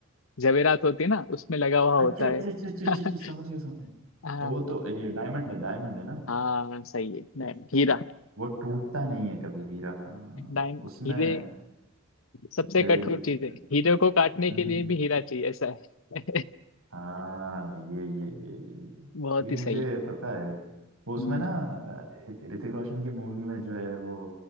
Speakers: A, on the left; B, on the right.
A: जवेरात होती है ना उसमें लगा हुआ होता
B: अच्छा अच्छा
A: है
B: अच्छा अच्छा अच्छा
A: <laughs>
B: अच्छा, समझ गया समझ गया
A: हाँ
B: और वो तो ये डायमंड है डायमंड है ना
A: हाँ सही है नहीं हीरा
B: वो टूटता नहीं है कभी हीरा हाँ
A: डायम
B: उसमें
A: हीरे सबसे
B: अरे,
A: कठोर चीज
B: हम्म,
A: है हीरे को काटने
B: हम्म,
A: के लिए
B: हम्म।
A: भी हीरा चाहिए ऐसा है
B: हाँ ये ये ये ये
A: <laughs> बहुत
B: ये
A: ही
B: मुझे
A: सही
B: पता है वो उसमें
A: हम्म
B: ना अ, ऋतिक रोशन की मूवी में जो है वो